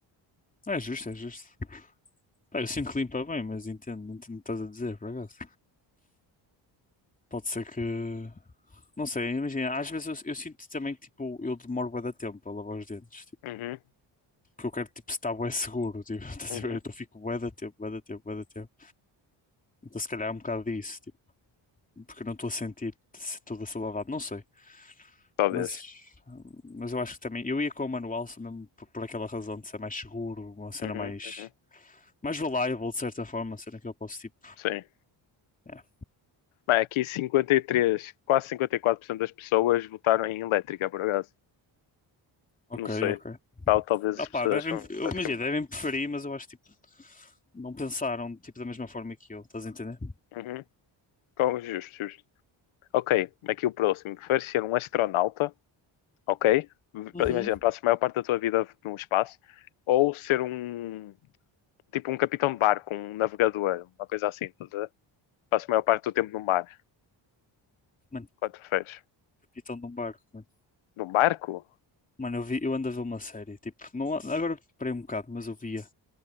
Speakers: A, on the left; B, on the left.
A: É justo, é justo. Pá, eu sinto que limpa bem, mas entendo, entendo o que estás a dizer, por acaso. Pode ser que. Não sei, imagina, às vezes eu, eu sinto também que tipo, eu demoro bué da tempo a lavar os dentes, tipo,
B: Uhum,
A: porque eu quero tipo, estar bué seguro, tipo, <laughs> estás
B: uhum,
A: a ver? Então eu fico bué da tempo, bué da tempo, bué da tempo. Então se calhar é um bocado disso, tipo, porque eu não estou a sentir se tudo a ser lavado, não sei.
B: talvez.
A: Mas, mas eu acho que também, eu ia com o manual só mesmo por, por aquela razão de ser mais seguro, uma cena
B: Uhum,
A: mais,
B: uhum,
A: mais reliable de certa forma, uma cena que eu posso tipo.
B: sim.
A: é,
B: Bem, aqui cinquenta e três quase 54% das pessoas votaram em elétrica, por acaso.
A: Ok,
B: Não sei.
A: ok.
B: Tal, talvez as
A: Opá,
B: pessoas
A: devem,
B: acham
A: eu-
B: elétrica
A: imagina,
B: é melhor.
A: devem preferir, mas eu acho tipo, não pensaram tipo, da mesma forma que eu, estás a entender?
B: Uhum. Com- Justo, justo. Ok, aqui o próximo. Preferes ser um astronauta, ok? V-
A: Uhum.
B: Imagina, passas a maior parte da tua vida no espaço. Ou ser um, tipo um capitão de barco, um navegador, uma coisa assim. estás a ver? Passas a maior parte do tempo no mar.
A: Mano,
B: Qual tu preferes?
A: capitão de um barco, mano.
B: Num barco?
A: Mano, eu vi, eu ando a ver uma série, tipo, não, há- agora parei um bocado, mas eu via,